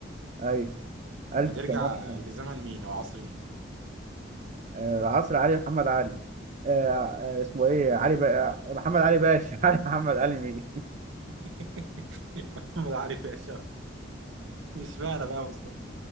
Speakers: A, on the right; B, on the right.
A: ايوه الف
B: هترجع
A: سلامة
B: لزمن مين او عصر مين؟
A: آه العصر علي محمد علي آه آه، اسمه ايه علي بقى محمد علي باشا <laughs> علي محمد علي مين
B: <laughs> محمد علي باشا مش معنى بقى يا مصطفى